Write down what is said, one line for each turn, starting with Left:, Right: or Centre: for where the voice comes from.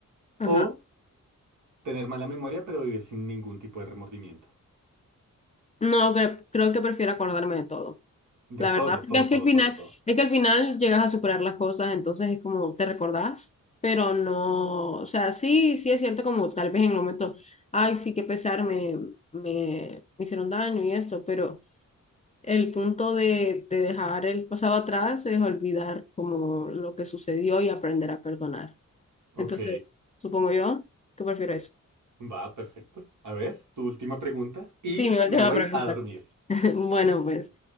Left: ajá.
Right: O Tener mala memoria, pero vivir sin ningún tipo de remordimiento.
Left: No, cre- creo que prefiero acordarme de todo.
Right: De
Left: la
Right: todo,
Left: verdad, porque
Right: todo,
Left: es que
Right: todo,
Left: al final,
Right: todo, todo.
Left: es que al final llegas a superar las cosas, entonces es como te recordás, pero no, o sea, sí, sí es cierto como tal vez en el momento, ay, sí, que pesar, me, me, me hicieron daño y esto, pero el punto de, de dejar el pasado atrás es olvidar como lo que sucedió y aprender a perdonar.
Right: Ok,
Left: Entonces, supongo yo que prefiero eso.
Right: va, perfecto. A ver, tu última pregunta. Y
Left: Sí, mi última
Right: me voy
Left: pregunta.
Right: a dormir.
Left: <laughs> Bueno, pues,